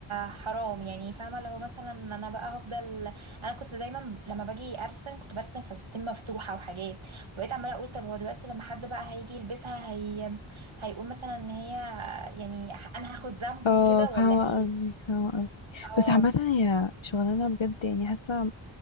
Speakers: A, on the right; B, on the left.
A: حرام يعني فاهمه لو مثلا انا بقى هفضل انا كنت دايما لما باجي ارسم كنت برسم فساتين مفتوحه وحاجات بقيت عماله اقول طب هو دلوقتي لما حد بقى هيجي يلبسها هي هيقول مثلا ان هي يعني انا هاخد ذنبه
B: اه
A: وكده
B: فاهمة
A: ولا ايه
B: قصدك فاهمة قصدك
A: اه
B: بس عامة هي شغلانة بجد يعني حاسة